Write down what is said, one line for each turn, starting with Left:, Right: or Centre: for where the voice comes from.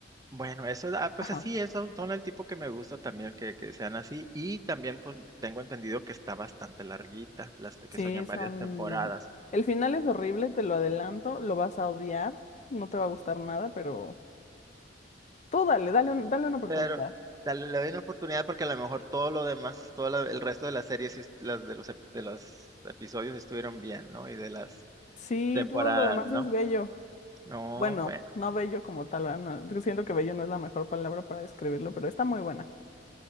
Right: Bueno, eso, da- pues
Left: Ajá.
Right: así, eso son el tipo que me gusta también que, que sean así. Y también, pues tengo entendido que está bastante larguita, las te- que
Left: Sí,
Right: soñan
Left: son...
Right: varias temporadas.
Left: El final es horrible, te lo adelanto, lo vas a odiar, no te va a gustar nada, pero tú dale, dale, un- dale una oportunidad.
Right: Pero dale- le doy una oportunidad porque a lo mejor todo lo demás, todo la- el resto de las series, sí est- las de los, ep- de los episodios estuvieron bien, ¿no? Y de las
Left: Sí,
Right: temporadas,
Left: todo lo demás
Right: ¿no?
Left: es bello.
Right: No,
Left: Bueno,
Right: bueno,
Left: no bello como tal, ¿verdad? No, yo siento que bello no es la mejor palabra para describirlo, pero está muy buena.